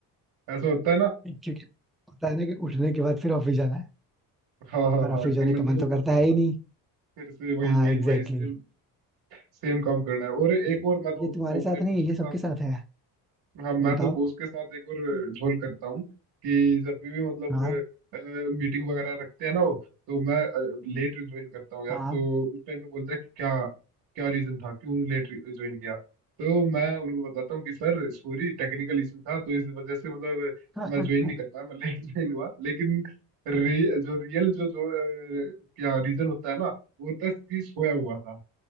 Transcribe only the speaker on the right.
ऐसा होता है ना
हाँ हाँ
हाँ
कि
मंडे
को
फिर से
हाँ
फिर से वही
वही
वही सेम
सेम काम करना है और एक
और मैं तो
मतलब
अपने दोस्त
के साथ
हाँ मैं
तो बॉस के साथ एक और झोल करता हूँ कि जब भी भी मतलब
मीटिंग वगैरह रखते हैं ना वो तो मैं लेट ज्वाइन करता हूँ यार
तो उस टाइम पे बोलते हैं कि क्या क्या रीजन था क्यों लेट ज्वाइन किया तो मैं उनको बताता हूँ कि सर सॉरी टेक्निकल इशू था तो इस वजह से मतलब
मैं ज्वाइन नहीं कर पाया मैं लेट <laughs> ज्वाइन हुआ लेकिन रि, जो रियल जो जो अ, क्या रीजन होता है ना वो होता है कि सोया हुआ था